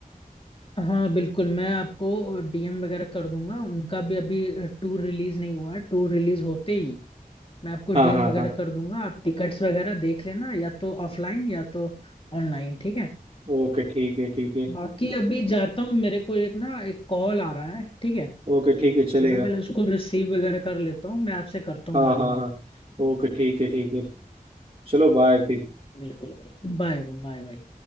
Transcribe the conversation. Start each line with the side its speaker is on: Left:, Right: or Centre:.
Left: हाँ बिल्कुल मैं आपको डीएम वगैरह कर दूंगा उनका भी अभी टूर रिलीज नहीं हुआ है टूर रिलीज होते ही मैं आपको डीएम
Right: हाँ हाँ
Left: वगैरह
Right: हाँ
Left: कर दूंगा आप टिकट्स वगैरह देख लेना या तो ऑफलाइन या तो ऑनलाइन ठीक है
Right: ओके ठीक है ठीक है
Left: बाकी अभी जाता हूँ मेरे को एक ना एक कॉल आ रहा है ठीक है
Right: ओके ठीक
Left: तो
Right: है चलेगा
Left: मैं पहले उसको रिसीव वगैरह कर लेता हूँ मैं आपसे करता हूँ
Right: हाँ
Left: बाद
Right: हाँ
Left: में बात।
Right: हाँ ओके ठीक है ठीक है चलो बाय फिर
Left: बिल्कुल भाई बाय बाय बाय